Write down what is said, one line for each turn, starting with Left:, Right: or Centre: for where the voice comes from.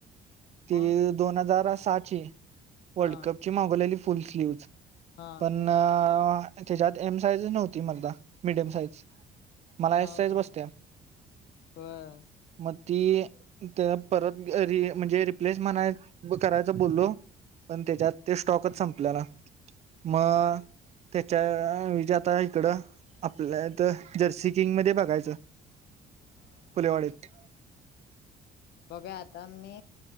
Right: ती
Left: मग
Right: दोन हजार सहाची. वर्ल्ड
Left: हा
Right: कपची मागवलेली फुल स्लीव्हज्
Left: हा
Right: पण त्याच्यात एम साईज नव्हती मर्दा मिडियम साईज. मला एस
Left: हा
Right: साईज बसतिया
Left: होय
Right: म ती त परत री म्हणजे रिप्लेस म्हणाय करायच बोललो पण त्याच्यात ते स्टॉकच संपल्यला म त्याच्या विजा आता हिकडं आपल्या इथं जर्सी किंग मध्ये बघायचं.
Left: हा
Right: पुलेवाडीत.
Left: बघा आता मी